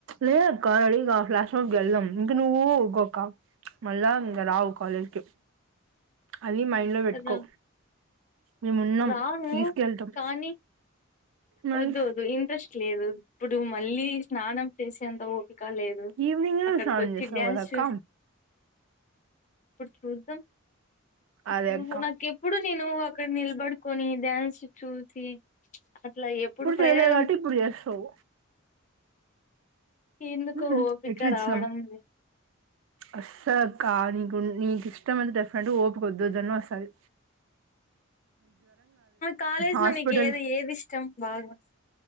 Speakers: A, on the right; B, on the left.
A: లేదక్క రెడీగా ఫ్లాష్ మాబ్కి వెళ్దాం ఇంకా నువ్వుగకా మళ్ళా ఇక రావు కాలెజ్ కి అన్ని మైండ్లో పెట్టుకో
B: రా
A: మేమున్నాం
B: రాను
A: తీసుకెళ్తాం
B: కానీ
A: మరి
B: వద్దు అది ఇంట్రెస్ట్ లేదు ఇప్పుడు మళ్ళీ స్నానం చేసేంత ఓ ఇక లేదు
A: ఈవినింగ్
B: అక్కడికి
A: స్నానం
B: వచ్చి
A: చేస్తావు
B: డ్యాన్స్
A: కదా అక్క
B: చు చూద్దాం ఇప్పుడు
A: అదే అక్క
B: <inaudible> నాకి ఎప్పుడు నిను అక్కడ నిల్ పడుకోని డ్యాన్స్ చూసి అట్లా ఎప్పుడు ప్రయోగం
A: చేయలే కాబట్టి ఇప్పుడు చేస్తావు
B: ఎందుకో
A: హ హ
B: ఓపిక
A: ఎట్లిచ్చినవ్
B: రావడం లేదు
A: అసలక్క నీకు నీకు ఇష్టం అంటే డెఫినెట్గా ఓపిక వద్దువదన్న వస్తాది
B: కాలేజ్
A: హాస్పిటల్
B: లో నీకు ఏది ఏది ఇష్టం బాగా